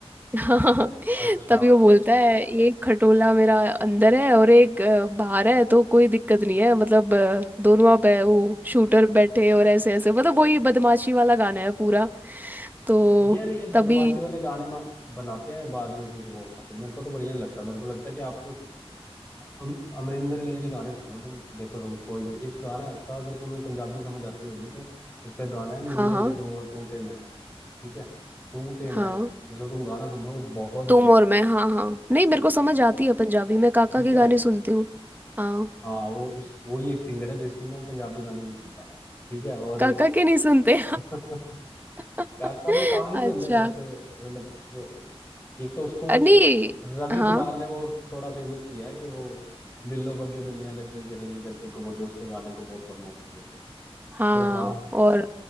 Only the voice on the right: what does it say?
हाँ <laughs>
तभी वो बोलता है एक खटोला मेरा अंदर है और एक अ, बाहर है तो कोई दिक्कत नहीं है मतलब अ, दोनों आप है वो शूटर बैठे और ऐसे ऐसे मतलब वही बदमाशी वाला गाना है पूरा तो
तभी
हाँ हाँ
हाँ
तुम
और मैं हाँ हाँ नहीं मेरे
को समझ आती है पंजाबी मैं काका
के
गाने सुनती हूँ हाँ
काका के नहीं सुनते
<laughs>
अच्छा
अ, नहीं
हाँ
हाँ
और